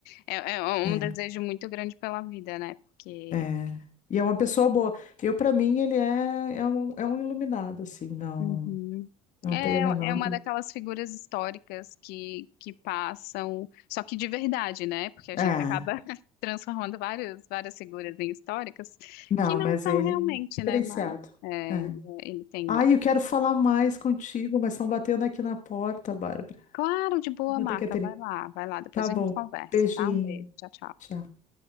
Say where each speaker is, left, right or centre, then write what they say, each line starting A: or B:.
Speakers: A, on the left; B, on the left.
A: É, é um
B: é,
A: desejo muito grande pela vida, né? Porque
B: é. E é uma pessoa boa. Eu, para mim, ele é, é um, é um iluminado, assim, não,
A: Uhum.
B: não
A: é,
B: tem a menor
A: é uma
B: dúvida.
A: daquelas figuras históricas que, que passam, só que de verdade, né? Porque a gente
B: É,
A: acaba <laughs> transformando várias, várias figuras em históricas
B: não,
A: que não
B: mas
A: são
B: ele
A: realmente,
B: é diferenciado.
A: né? Mas é,
B: É.
A: é, ele tem
B: Ai,
A: uma.
B: eu quero falar mais contigo, mas estão batendo aqui na porta, Bárbara.
A: Claro, de boa,
B: Vou
A: Marta.
B: ter que atender.
A: Vai lá, vai lá. Depois
B: Tá
A: a
B: bom.
A: gente conversa,
B: Beijinho.
A: tá? Um beijo. Tchau, tchau.
B: Tchau.